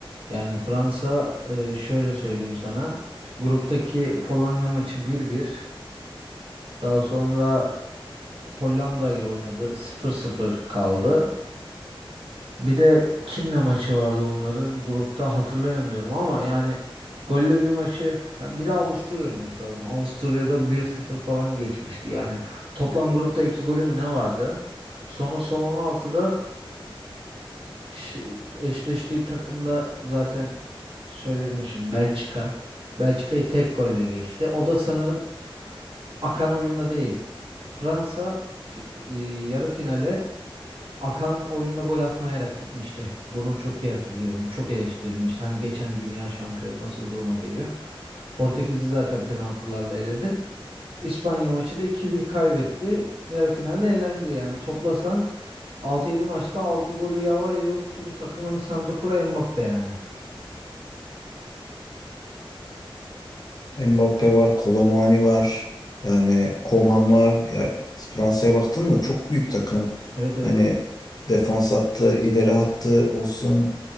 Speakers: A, on the right; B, on the left.
A: Yani Fransa e, şöyle söyleyeyim sana. Gruptaki Polonya maçı bir bir. Daha sonra Hollanda ile oynadı. sıfır sıfır kaldı. Bir de kimle maçı vardı onların grupta hatırlayamıyorum ama yani gollü bir maçı ha, bir de Avusturya olması lazım. Avusturya'da bir sıfır falan geçmişti. Yani toplam grupta 2 golü mü ne vardı? Sonra son 16'da ş- eşleştiği takımda zaten söyledim şimdi Belçika. Belçika'yı tek golle geçti. O da sanırım akan oyunda değil. Fransa fi- e, yarı finale Akan oyunda gol atmayarak gitmişti. Bunu çok iyi hatırlıyorum. Çok eleştirilmişti. Hani geçen dünya şampiyonu nasıl bu duruma geliyor? Portekiz'i zaten penaltılarla eledi. İspanya maçı da 2-1 kaybetti. Yarı finalde elendi. Yani toplasan altı yedi maçta altı golü ya var ya yok ki bu takımın santraforu Mbappe yani.
B: Mbappe var, Kolo var. Yani Koman var. Ya Fransa'ya baktın mı çok büyük takım.
A: Evet evet.
B: Hani defans hattı, ileri hattı olsun,